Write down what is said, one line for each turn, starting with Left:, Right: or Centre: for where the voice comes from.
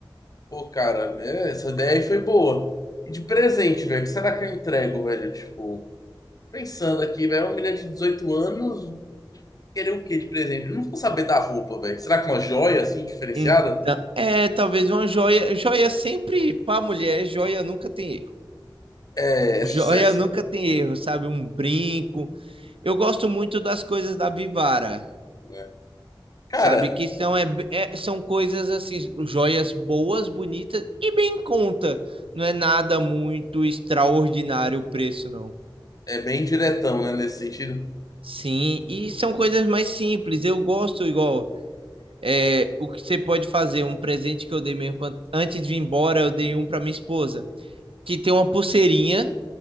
Left: Pô, cara, é, essa ideia aí foi boa. E de presente, velho, o que será que eu entrego, velho? Tipo, pensando aqui, velho, uma menina de 18 anos, querer o quê de presente? Eu não vou saber da roupa, velho. Será que uma joia, assim, diferenciada?
Right: Então, é, talvez uma joia. Joia sempre para mulher, joia nunca tem erro.
Left: É, é
Right: Joia
Left: sucesso,
Right: nunca
Left: né?
Right: tem erro, sabe? Um brinco. Eu gosto muito das coisas da Vivara,
Left: né? Cara,
Right: sabe? Que são, é, é- são coisas assim, joias boas, bonitas e bem em conta. Não é nada muito extraordinário o preço, não.
Left: é bem diretão, né, nesse sentido.
Right: Sim, e são coisas mais simples. Eu gosto igual. É, o que você pode fazer, um presente que eu dei mesmo quando- antes de ir embora, eu dei um para minha esposa. que tem uma pulseirinha